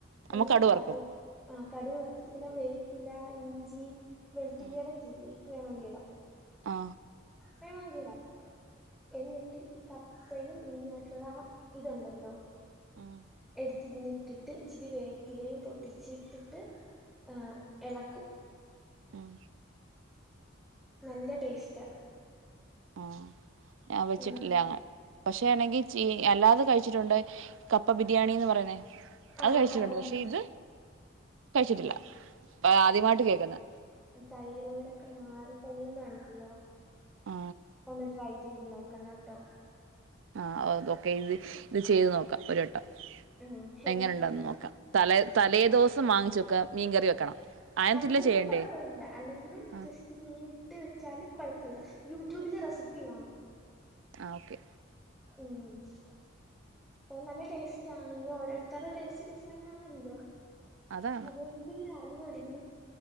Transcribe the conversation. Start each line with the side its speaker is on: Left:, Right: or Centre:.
Right: നമ്മ
Centre: എന്നിട്ട്
Right: കടു
Centre: കടുക്
Right: വറക്കും
Centre: ആ കടുക് വറുത്തിട്ട് പിന്നെ വേപ്പില്ല ഇഞ്ചി വെളുത്തുള്ളി
Right: ഉം
Centre: അതൊക്കെ ഇല്ലേ വേണോങ്കി ഇടാ
Right: ആ
Centre: വേണോങ്കി ഇടാം അതൊക്കെ എന്നിട്ട് ഈ കപ്പയും മീനുമായിട്ട്ള്ള ആ ഇതുണ്ടല്ലോ
Right: ഉം
Centre: എടുത്ത് പിന്നെ ഇട്ടിട്ട് ഇച്ചിരി വേപ്പിലയും പൊട്ടിച്ചിട്ട് ഇട്ടിട്ട് എഹ് എളക്കും
Right: ഉം
Centre: നല്ല ടേസ്റ്റാ
Right: ആഹ് ഞാൻ വെച്ചിട്ടില്ലാ
Centre: ഉം
Right: അങ്ങ പക്ഷെ അണെങ്കി ചീ അല്ലാതെ കഴിച്ചിട്ടുണ്ട് കപ്പ ബിരിയാണിന്ന് പറയുന്നേ
Centre: ആ
Right: അത് കഴിച്ചിട്ടുണ്ട്
Centre: കപ്പയും
Right: പക്ഷെ
Centre: ബീഫും
Right: ഇത് കഴിച്ചിട്ടില്ല <unintelligible> ആദ്യമായിട്ട് കഴിക്കുന്നെ
Centre: തൈറോയിഡൊക്കെ മാറിക്കഴിയുമ്പോ ഉണ്ടല്ലോ
Right: ആ
Centre: ഒന്ന് ട്രൈ ചെയ്ത് നോക്കണെട്ടോ
Right: ആ <unintelligible> തൊക്കെ ഇത് ഇത് ചെയ്ത് നോക്കാം ഒരു വട്ടം
Centre: ഉം ഹെൽത്തി
Right: എങ്ങനെ ഉണ്ടെന്ന് നോക്കാ തലേ തലേദ്വസം വാങ്ങിച്ച് വെക്ക മീൻകറി വെക്കണം അയനത്തില്ല
Centre: അല്ലേലും
Right: ചെയ്യണ്ടേ
Centre: കുഴപ്പവില്ല അല്ലെങ്കിലും
Right: ആ
Centre: ജസ്റ്റ് മീന് ഇട്ട് വെച്ചാലും കുഴപ്പവില്ല യൂട്യൂബില് റെസിപ്പി കാണും
Right: ആഹ് ഓക്കെ
Centre: ഉം നല്ല ടെസ്റ്റാണ് ഇനി ഓരോര്ത്തര്ടെ ടേസ്റ്റ് ഡിഫ്‌റന്റാണല്ലൊ
Right: അതാ
Centre: അതോണ്ട് അർഞ്ഞൂടെന്